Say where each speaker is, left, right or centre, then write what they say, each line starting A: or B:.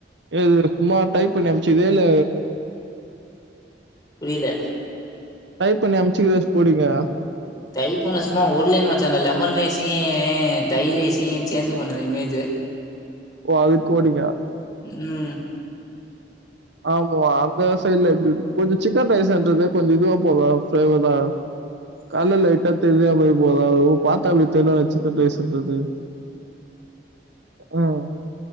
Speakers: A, on the right (about 75°); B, on the left (about 20°).
A: இது சும்மா டைப் பண்ணி அமைச்சுதே இல்ல
B: புரில
A: டைப் பண்ணி அமுச்சுக்க கோடிங்கா
B: டைப்பண்ண சும்மா ஒருலைன் மச்சா லெமன் ரைஸையி தை ரைஸையி சேஞ்சு பண்ணது இமேஜு
A: ஓ அதுக்ஓடி
B: ம்
A: ஆமா அந்த சைட்ல எப்டி கொஞ்சோ சிக்கன் ரைஸ்ன்றது கொஞ்சம் இதுவா போதா ஃப்ளேவரா காலல லைட்டா தெரிதியா போய் போதாவு பார்த்தா தெர்லன சிக்கன் ரைஸ் கொஞ்சது ம்